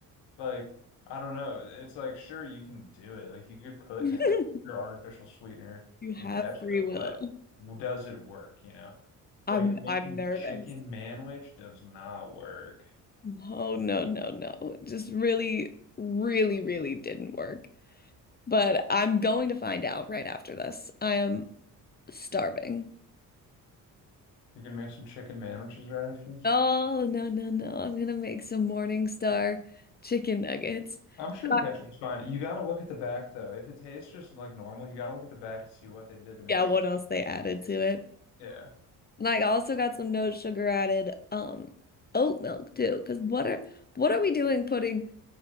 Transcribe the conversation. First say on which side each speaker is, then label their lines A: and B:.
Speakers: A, on the left; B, on the left.
A: Like, I don't know. It's like, sure, you can do it. Like, you could put
B: <laughs>
A: nat your artificial sweetener
B: You have
A: in ketchup,
B: free will.
A: but does it work, you know? Like,
B: I'm
A: making
B: I'm nervous.
A: chicken manwich does not work.
B: No, no, no, no. It Just really, really, really didn't work. But I'm going to find out right after this. I am starving.
A: You can make some chicken manwiches right after this.
B: Oh, no, no, no. I'm gonna make some Morningstar chicken nuggets.
A: I'm sure
B: And
A: the ketchup
B: I-
A: is fine. You got to look at the back, though. If it tastes just like normal, you got to look at the back to see what they did to make
B: Yeah,
A: it.
B: what
A: sw-
B: else they added to it?
A: Yeah.
B: And I also got some no sugar added um oat milk too. Because what are what are we doing putting